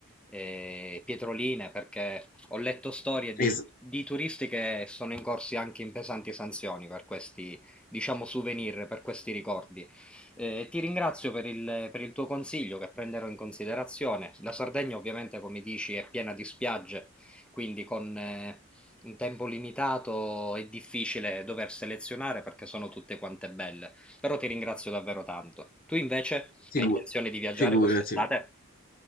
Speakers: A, in the centre; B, on the left.
A: eh, pietroline, perché ho letto storie di,
B: Es-
A: di turisti che sono incorsi anche in pesanti sanzioni per questi, diciamo, souvenir, per questi ricordi. Eh, ti ringrazio per il, per il tuo consiglio che prenderò in considerazione. La Sardegna, ovviamente, come dici, è piena di spiagge, quindi con eh, un tempo limitato è difficile dover selezionare perché sono tutte quante belle. Però ti ringrazio davvero tanto. Tu invece
B: figu-
A: hai intenzione di viaggiare
B: figurati.
A: quest'estate?